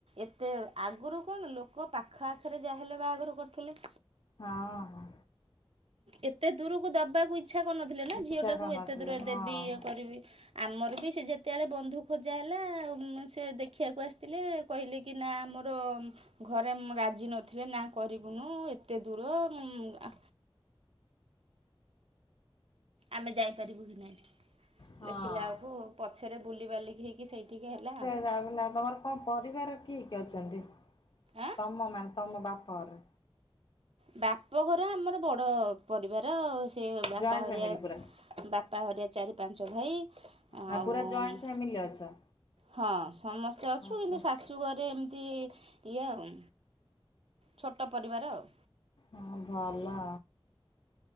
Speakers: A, on the right (about 80°); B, on the left (about 50°).
A: ଏତେ ଆଗରୁ କଣ ଲୋକ ପାଖ ଆଖରେ ଯାହାହେଲେ ବାହାଘର କରୁଥିଲେ।
B: ହଁ ହଁ।
A: ଏତେ ଦୂରକୁ ଦବାକୁ ଇ ଚ୍ଛା କରୁନଥିଲେ ନା
B: ଇଚ୍ଛା
A: ଝିଅଟାକୁ
B: କରିନଥିଲେ
A: ମୁଁ ଏତେ ଦୂର
B: ହଁ।
A: ଦେବି ଇଏ କରିବି। ଆମର ବି ସେ ଯେତେବେଳେ ବନ୍ଧୁ ଖୋଜା ହେଲା ମୁଁ ସେ ଦେଖିବାକୁ ଆସିଥିଲେ କହିଲେ କି ନା ଆମର ଘରେ ରାଜି ମ୍ ନଥିଲେ ନା କରିବୁନୁ ଏତେ ଦୂର ମୁଁ ଆ। ଆମେ ଯାଇପାରିବୁ କି ନାଇଁ।
B: ହଁ
A: ଦେଖିଲାଉକୁ ପଛରେ ବୁଲିବାଲିକି ହେଇକି ସେଇଠିକି ହେଲା।
B: <unintelligible> ତମ ପରିବାର କିଏ କିଏ ଅଛନ୍ତି
A: ଆଁ।
B: ତମ ମାନେ ତମ ବାପ ଘର?
A: ବାପଘର ଆମର ବଡ଼ ପରିବାର ସେ ବାପା
B: ଜଏଣ୍ଟ
A: ହରିଆ
B: ଫ୍ୟାମିଲି ପୁରା
A: ଚା ବାପା ହରିଆ ଚାରି ପାଞ୍ଚ ଭାଇ। ଆଉ
B: ନା ପୁରା ଜଏଣ୍ଟ ଫ୍ୟାମିଲି ଅଛ?
A: ହଁ ସମସ୍ତେ ଅଛୁ
B: ଆଚ୍ଛା
A: କିନ୍ତୁ ଶାଶୁ ଘରେ ଏମିତି ଇଏ ଆଉ। ଛୋଟ ପରିବାର ଆଉ।
B: ହଁ ଭଲ ନା